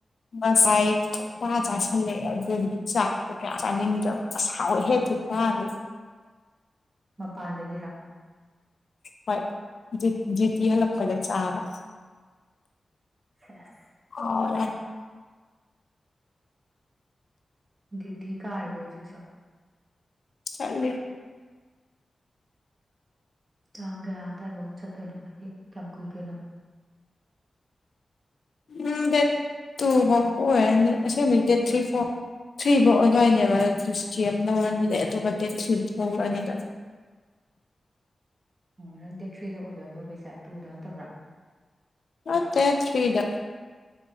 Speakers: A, on the left (about 70°); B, on the right (about 35°).
A: ꯉꯁꯥꯏ ꯊꯨꯛ ꯆꯥꯁꯤꯜꯂꯛꯦ ꯑꯗꯨꯗꯤ ꯆꯥꯛꯇꯣ ꯀꯌꯥ ꯆꯥꯅꯤꯡꯗ꯭ꯔꯕ ꯍꯥꯎꯋꯤ ꯍꯦ ꯊꯨꯛ ꯕꯣꯔꯥꯗꯤ
B: ꯃꯄꯥꯟꯗꯒꯤꯔꯥ
A: ꯍꯣꯏ ꯖꯤ ꯖꯤꯇꯤ ꯍꯜꯂꯛꯄꯗ ꯆꯥꯕ
B: ꯁꯦꯁ
A: ꯑꯥꯎꯋꯦ
B: ꯗꯨꯢꯇꯤ ꯇꯔꯤꯕꯣꯍꯧꯖꯤꯛꯁꯣ
A: ꯆꯠꯂꯤ
B: ꯇꯥꯡ ꯀꯌꯥ ꯑꯗꯥꯢꯕꯧ ꯆꯠꯇꯣꯢꯅꯣ ꯍꯥꯏꯗꯤ ꯀꯌꯥꯝ ꯀꯨꯏꯗꯣꯏꯅꯣ
A: ꯎꯝ ꯗꯦꯠ ꯇꯨ ꯐꯥꯎ ꯑꯣꯏꯔꯅꯤ ꯑꯁꯦꯡꯕꯩ ꯗꯦꯠ ꯊ꯭ꯔꯤ ꯐꯥꯎ ꯊ꯭ꯔꯤ ꯐꯧ ꯑꯣꯏꯗꯣꯏꯅꯦꯕ ꯐꯇꯤ ꯑꯃ ꯂꯧꯔꯅꯤꯗ ꯑꯇꯣꯞꯄ ꯗꯦꯠ ꯊ꯭ꯔꯤꯗ ꯊꯣꯛꯂꯅꯤꯗ
B: ꯑꯣ ꯅꯪ ꯗꯦꯠ ꯊ꯭ꯔꯤꯗ ꯑꯣꯏꯗꯣꯏ ꯊꯣꯛꯂꯛꯇꯣꯏꯁꯦ ꯇꯨꯗ ꯅꯠꯇꯕ꯭ꯔꯥ
A: ꯅꯠꯇꯦ ꯊ꯭ꯔꯤꯗ